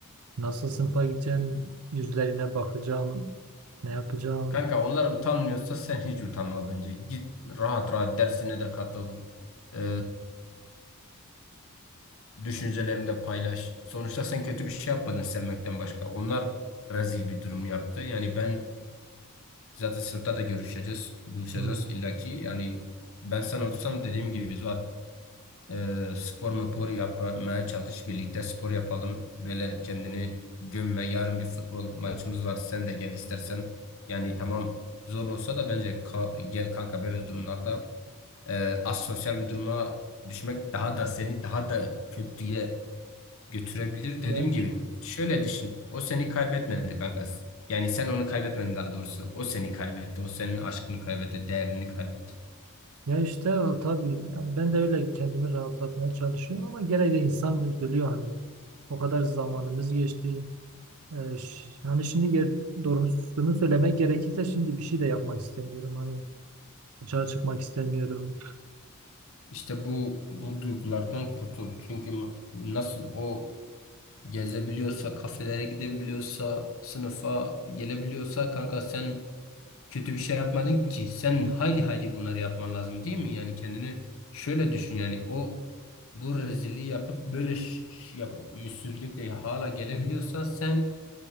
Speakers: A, on the right; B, on the left.
A: nasıl sınıfa gideceğim? Yüzlerine bakacağım. Ne yapacağım?
B: Kanka onlar utanmıyorsa sen hiç utanma bence. Git rahat rahat dersine de katıl. Ee, düşüncelerini de paylaş. Sonuçta sen kötü bir şey yapmadın sevmekten başka. Onlar rezil bir durum yaptı. Yani ben Zaten sınıfta da görüşeceğiz, buluşacağız
A: Hmm.
B: illaki. Yani ben sen olsam dediğim gibi Zuhat e, spor mupor yapmaya çalış. Birlikte spor yapalım. Böyle kendini gömme. Yarın bir futbol maçımız var. Sen de gel istersen. Yani tamam zor olsa da bence ka- gel kanka böyle durumlarda e, asosyal bir duruma düşmek daha da seni daha da kötüye götürebilir dediğim
A: Ya
B: gibi. Şöyle düşün. O seni kaybetmedi kanka. Yani sen onu kaybetmedin daha doğrusu. O seni kaybetti. O senin aşkını kaybetti. Değerini kaybetti.
A: Ya işte o tabii yani ben de öyle kendimi rahatlatmaya çalışıyorum ama gene de insan üzülüyor hani. O kadar zamanımız geçti. Ee, ş- hani şimdi ger doğrusunu söylemek gerekirse şimdi bir şey de yapmak istemiyorum. Hani dışarı çıkmak istemiyorum.
B: İşte bu bu duygulardan kurtul. Çünkü m- nasıl o gezebiliyorsa, kafelere gidebiliyorsa, sınıfa gelebiliyorsa kanka sen kötü bir şey yapmadın ki. Sen hayli hayli bunları yapman lazım değil mi? Yani kendini şöyle düşün yani o bu rezilliği yapıp böyle ş- ş- yap, yüzsüzlükle hala gelebiliyorsan sen